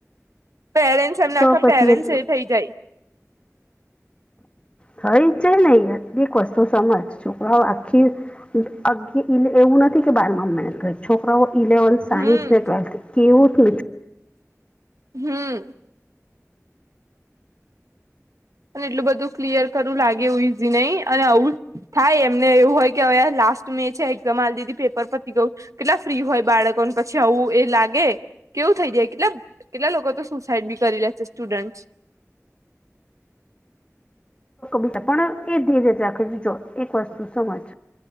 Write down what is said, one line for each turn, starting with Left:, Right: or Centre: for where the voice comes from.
Right: પેરેન્ટસ એમના
Left: તો
Right: આખા
Left: પછી
Right: પેરેન્ટ્સ
Left: એક
Right: એ થઈ જાય
Left: થઈ છે ને યાર એક વસ્તુ સમજ છોકરાઓ આખી અ એવું નથી કે છોકરાઓ કે બાર માં મહેનત કરે છોકરાઓ ઇલેવન સાયન્સ
Right: હમ
Left: મે ટ્વેલ્થ ક્યુટ મિ
Right: હમ અને એટલું બધું ક્લિયર કરવું લાગે એવું ઈઝી નહીં અને આવુંજ થાય એમને એવું હોય કે હવે લાસ્ટ મે છે એક્ઝામ આ દીધી પેપર પતી ગયું કેટલા ફ્રી હોય બાળકોને પછી આવું એ લાગે કેવું થઈ જાય કેટલા કેટલા લોકો તો સુસાઈડ બી કરી લે છે સ્ટુડન્ટ
Left: બીજા પણ એ ધીરેજ રાખે છે જો એક વસ્તુ સમજ